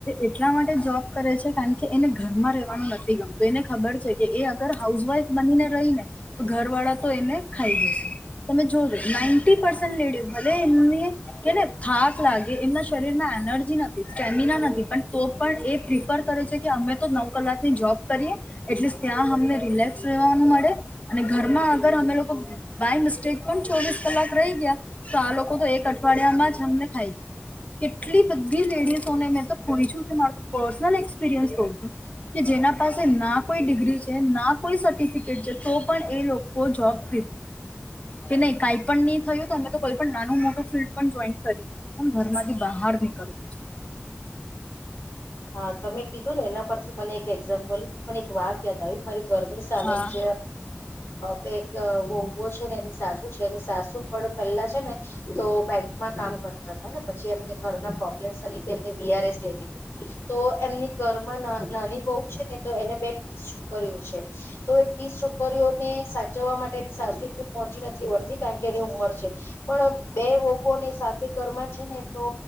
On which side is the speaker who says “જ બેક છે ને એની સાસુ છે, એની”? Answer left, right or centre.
Left